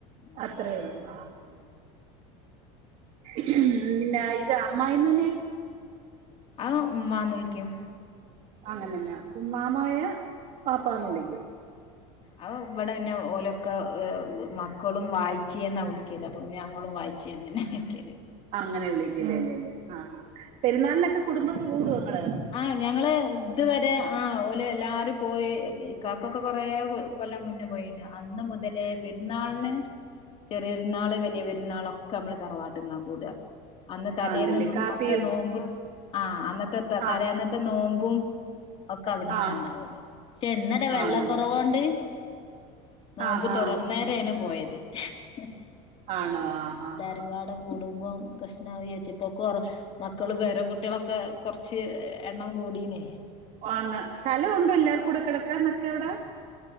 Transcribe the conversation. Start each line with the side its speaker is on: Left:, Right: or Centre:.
Left: ഉം
Right: അത്രഒള്ളു..
Left: ഉം ഉം
Right: പിന്നെ അയില് അമ്മായ്മ്മന്നേ..
Left: ആഹ് മ്മാന്ന് വിളിക്കും..
Right: അങ്ങനെന്നാ ഉമ്മാമായേ. വാപ്പാന്ന് വിളിക്യും..
Left: അവ് ഇവിടെ ന്നെ ഓലൊക്കെ ഹ് മക്കളും വായ്ചേന്നാ വിളിക്കല്. അപ്പോപിന്നെ ഞങ്ങളും വായി.. ചിന്നെനെ വിളിക്കല്.
Right: അങ്ങനെ വിളിക്കല് ല്ലേ? അ
Left: ഉം
Right: പെരുന്നാള്നൊക്കെ കുടുംബത്ത് കൂടു ങ്ങള്..
Left: ആഹ് ഞങ്ങള്.. ഇതുവരെ ആ ഓല് എല്ലാരും പോയി കാക്കൊക്കെ കൊറേ കൊല്ലം മുന്നേ പോയിണ് അന്ന് മുതലേ.. പെര്ന്നാള്ന്..
Right: <unintelligible>
Left: ചെറിയരുന്നാള് വലിയ പെരുന്നാളൊ ക്കെമ്മള് തറവാട്ട്ന്നാ കൂട്അഹാ അന്ന് തലേന്ന്
Right: ആന്നല്ലേ കാപ്പി
Left: നോറ്റ നോമ്പ് ആഹ അന്നത്തെ..
Right: ആഹ്
Left: തലെന്നത്തെ നോമ്പും ഒക്കെ അവിടുന്നണ്ടാവല്..
Right: ആഹ്
Left: റ്റെന്നടാ വെള്ള
Right: ആന്നെ
Left: കൊറവോണ്ട്.. നോമ്പ്
Right: ആഹാ
Left: തൊറന്നേരെണ് പോയത്. ഹ്ഹ്..
Right: ആണോ? ആഹാ ഹാ
Left: പരിവാട കൂടുമ്പോ പ്രശ്നവുചിട്ട് പ്പൊകൊർ മക്കള് പേര കുട്ട്യോളൊക്കെ കൊറച്ച് എണ്ണം കൂടീന്.
Right: വാണ് സ്ഥലംഉണ്ടൊ എല്ലാർകൂടെ കെടക്കാൻ നൊക്കെവടെ?